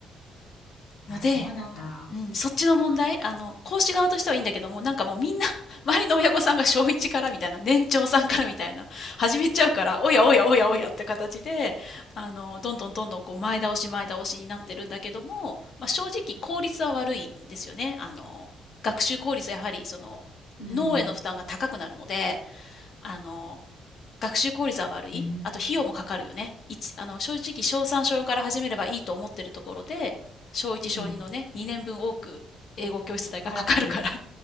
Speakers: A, on the left (about 75°); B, on the left (about 55°).
A: あ、
B: ので、
A: そうなんだ。
B: うん、そっちの問題、あの、講師側としてはいいんだけども、なんかもうみんな、<laughs> 周りの親御さんが小1からみたいな、年長さんからみたいな、始めちゃうから、おやおやおやおやって形で、あの、どんどんどんどんこう前倒し前倒しになってるんだけども、まあ、正直効率は悪いんですよね。あの、学習効率はやはりその、
A: うん。
B: 脳への負担が高くなるので、あの、学習効率は悪いあと費用もかかるよね一あの正直小3小4から始めればいいと思ってるところで小1小2のね2年分多く英語教室代がかかるから
A: うん。うん。払ってる。